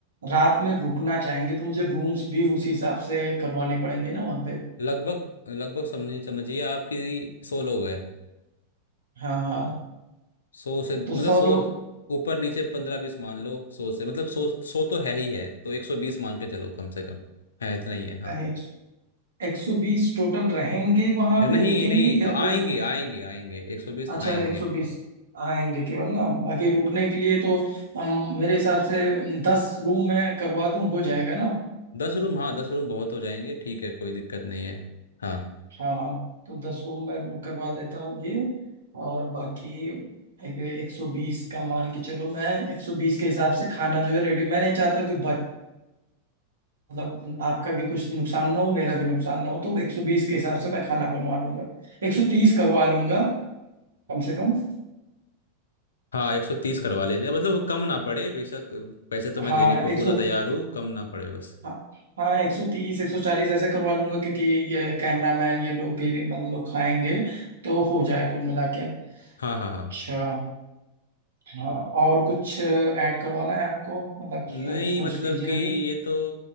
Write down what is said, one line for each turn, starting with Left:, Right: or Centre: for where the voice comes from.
Right: रात में रुकना चाहेंगे तो मुझे रूम्स भी उसी हिसाब से करवाने पड़ेंगे ना वहाँ पे
Left: लगभग लगभग समझ समझिए आपकी सौ लोग हैं
Right: हाँ हाँ
Left: सौ से मतलब
Right: तो सौ
Left: सौ
Right: लोग
Left: ऊपर नीचे पंद्रह बीस मान लो सौ से मतलब सौ सौ तो है ही है तो एक सौ बीस मान के चलो कम से कम है इतना ही है हाँ
Right: एक, एक सौ बीस टोटल रहेंगे वहाँ
Left: नहीं
Right: पे रुकेंगे
Left: नहीं
Right: या
Left: आएंगे
Right: फिर
Left: आएंगे आएंगे एक सौ बीस
Right: अच्छा
Left: आएंगे
Right: एक सौ बीस आएंगे केवल ना बाकी रुकने के लिए तो हम मेरे हिसाब से दस रूम में करवा दूं हो जाएगा ना
Left: दस रूम हाँ दस रूम बहुत हो जाएंगे ठीक है कोई दिक्कत नहीं है हाँ
Right: हाँ तो दस रूम मैं करवा देता हूँ ये और बाकी एक एक सौ बीस का मान के चलो मैं एक सौ बीस के हिसाब से खाना जो है रेडी मैं नहीं चाहता हूँ कि बच मतलब आपका भी कुछ नुकसान ना हो मेरा भी नुकसान ना हो तो एक सौ बीस के हिसाब से मैं खाना बनवा लूंगा एक सौ तीस करवा लूंगा कम से कम
Left: हाँ एक सौ तीस करवा लीजिए मतलब कम ना पड़े बेशक पैसे तो मैं
Right: हाँ
Left: देने को
Right: एक
Left: पूरा
Right: सौ
Left: तैयार हूँ कम ना पड़े बस
Right: हाँ हाँ एक सौ तीस एक सौ चालीस ऐसे करवा लूंगा क्योंकि ये कैमरामैन ये लोग भी मतलब लोग खाएंगे तो हो जाए कुल मिला के
Left: हाँ हाँ हाँ
Right: अच्छा हाँ और कुछ ऐड करवाना है आपको मतलब
Left: नहीं
Right: अ, सोच
Left: मतलब
Right: लीजिए
Left: कि
Right: अभी
Left: ये तो